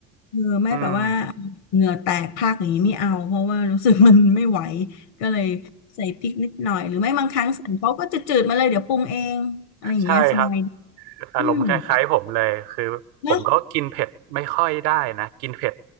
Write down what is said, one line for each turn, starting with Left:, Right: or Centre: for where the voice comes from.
Left: เออไม่แบบว่า
Right: อืม
Left: เหงื่อแตกพรากอย่างนี้ไม่เอาเพราะว่ารู้สึกมันไม่ไหวก็เลยใส่พริกนิดหน่อยหรือไม่บางครั้งสั่งเขาก็จะจืดๆมาเลยเดี๋ยวปรุงเองอะไรอย่างเงี้ยสบาย
Right: ใช่ครับ อารมณ์คล้ายๆผมเลยคือผมก็กินเผ็ดไม่ค่อยได้นะกินเผ็ด
Left: อืมเนอะ